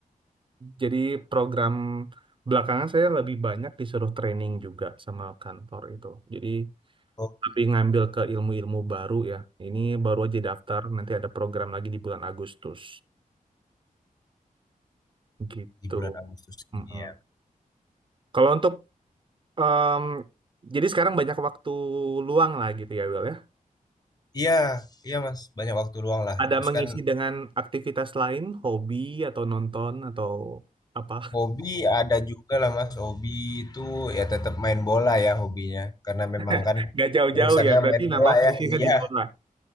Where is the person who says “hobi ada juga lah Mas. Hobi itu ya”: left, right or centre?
Left